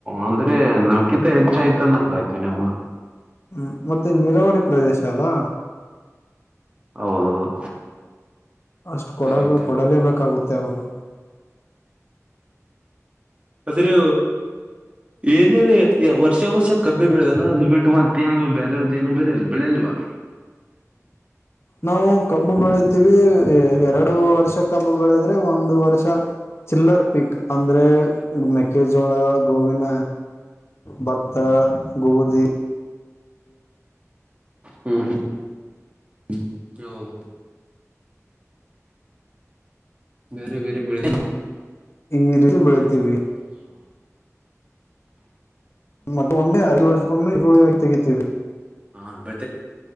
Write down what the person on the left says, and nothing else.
ಹ್ಮ ಮತ್ತೆ ನೀರಾವರಿ ಪ್ರದೇಶ ಅಲ್ಲಾ
ಅಷ್ಟು ಕೊಡ
ಕೊಡಲೇಬೇಕಾಗುತ್ತೆ ಅವರು
ನಾವು ಕಬ್ಬು ಬೆಳಿತೀವಿ ಎರಡು ವರ್ಷ ಕಬ್ಬು ಬೆಳೆದ್ರೆ ಒಂದು ವರ್ಷ ಚಿಲ್ಲರ್ ಪಿಕ್ ಅಂದ್ರೆ ಮೆಕ್ಕೆಜೋಳ ಗೋವಿನ ಭತ್ತ ಗೋಧಿ
ಹಂಗಿೀ ಬೆಳತೇವಿ ಮತ್ತೊಮ್ಮೆ ಐದ ವರ್ಷಕ್ಕೊಮ್ಮೆ ರರುಳಿಯಾಗಿಿ ತೆಗಿತೀವಿ